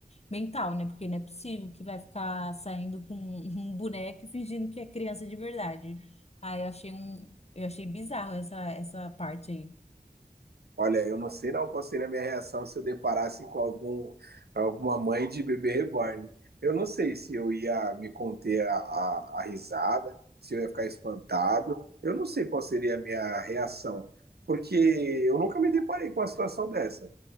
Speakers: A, on the left; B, on the right.
A: mental, né? Porque não é possível que vai ficar saindo com <laughs> um boneco e fingindo que é criança de verdade. Aí eu achei um, eu achei bizarro essa essa parte aí.
B: Olha, eu não sei não qual seria a minha reação se eu deparasse com algum, alguma mãe de bebê reborn. Eu não sei se eu ia me conter a, a, a risada, se eu ia ficar espantado. Eu não sei qual seria a minha reação, porque eu nunca me deparei com uma situação dessa.